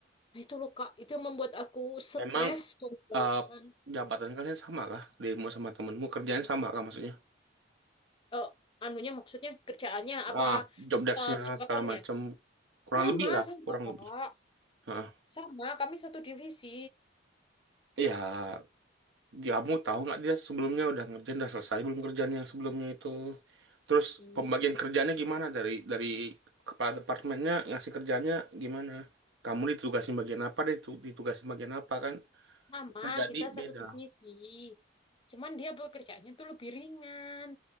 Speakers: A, on the left; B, on the right.
A: nah itu loh kak itu yang membuat aku stres
B: emang
A: dan kelelahan.
B: eh, jabatan kalian sama kah? Dirimu sama temenmu kerjaan sama kah maksudnya?
A: Eh, anunya maksudnya kerjaannya apa
B: Ah, job desk-nya
A: eh, kesempatannya
B: segala macam kurang
A: sama
B: lebih lah,
A: sama
B: kurang
A: kak
B: lebih. Ah,
A: sama kami satu divisi
B: ya Kamu tahu nggak dia sebelumnya udah ngerjain, udah selesai belum kerjaan yang sebelumnya itu? Terus
A: Ih,
B: pembagian kerjanya gimana dari dari kepala departemennya ngasih kerjanya gimana? Kamu ditugasin bagian apa dia ditu- ditugasin bagian apa kan?
A: sama
B: Bisa jadi
A: kita satu
B: beda.
A: divisi cuman dia pekerjaannya tuh lebih ringan